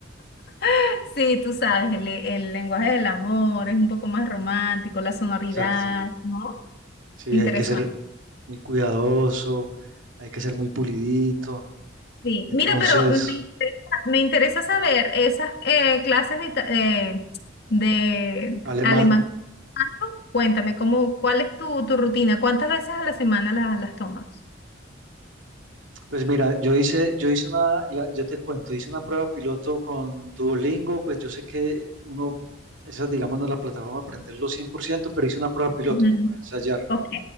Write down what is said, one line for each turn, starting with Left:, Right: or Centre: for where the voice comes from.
Left: <laughs> sí, tú sabes, el, el lenguaje del amor es un poco más romántico, la sonoridad,
Right: Exacto.
Left: ¿no?
Right: Sí,
Left: Interesante.
Right: hay que ser muy cuidadoso, hay que ser muy pulidito.
Left: Sí,
Right: Entonces,
Left: mira, pero me interesa, me interesa saber esas eh, clases de, ita- eh, de
Right: alemán.
Left: alemán. Cuéntame, ¿cómo, cuál es tu, tu rutina? ¿Cuántas veces a la semana la- las tomas?
Right: Pues mira, yo hice, yo hice una, la- yo te cuento, hice una prueba piloto con Duolingo, pues yo sé que uno, esa digamos no es la plataforma para aprenderlo 100%, pero hice una prueba piloto
Left: Ujú.
Right: como para ensayar
Left: Ok.